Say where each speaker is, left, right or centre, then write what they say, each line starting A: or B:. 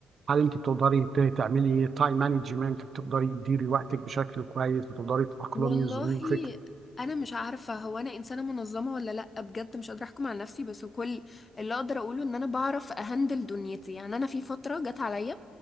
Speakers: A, on the right (about 50°); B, on the left (about 30°).
A: هل انت بتقدري ت- تعملي تايم مانجمنت بتقدري تديري وقتك بشكل كويس بتقدري تأقلمي
B: والله
A: ظروفك
B: انا مش عارفة هو انا انسانة منظمة ولا لا بجد مش قادرة احكم على نفسي بس كل اللي اقدر اقوله ان انا بعرف اهندل دنيتي يعني انا في فترة جت عليا